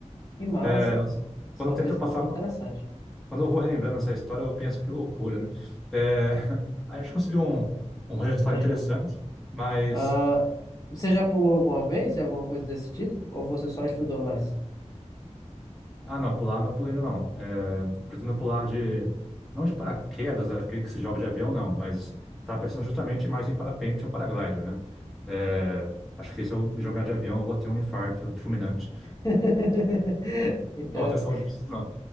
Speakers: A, on the left; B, in the centre.
A: Que massa.
B: É, nós-
A: Isso
B: quando
A: é
B: eu
A: uma
B: tento
A: pesquisa
B: passar.
A: muito interessante.
B: Quando eu vou relembrando essa história, eu penso que loucura, né? É, <laughs> a gente conseguiu um, um resultado
A: Imagina.
B: interessante, mas.
A: Ah, você já pulou alguma vez de alguma coisa desse tipo? Ou você só estudou mais?
B: Ah, não, pular não pulei ainda não. É, pretendo pular de. Não de paraquedas, aquele que se joga de avião, não, mas tá pensando justamente mais em parapente ou paraglider, né? É, acho que se eu me jogar de avião, eu vou ter um infarto fulminante.
A: <laughs> Interessante.
B: Não, vou ter saúde pra isso, não.